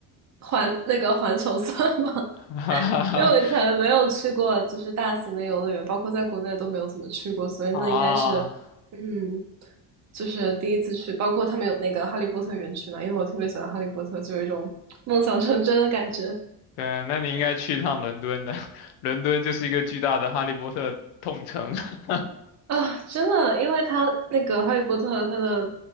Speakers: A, on the right (about 40°); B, on the left (about 85°).
A: 环那个环球算吗？
B: <laughs>
A: 因为我以前没有去过，就是大型的游乐园，包括在国内都没有怎么去过，所以那应该是，
B: 啊。
A: 嗯，就是第一次去。包括他们有那个哈利波特园区嘛，因为我特别喜欢哈利波特，就有一种梦想成真的感觉
B: 对啊，那你应该去一趟伦敦的，<laughs> 伦敦就是一个巨大的哈利波特痛城。<laughs>
A: 啊！真的，因为他那个哈利波特，他的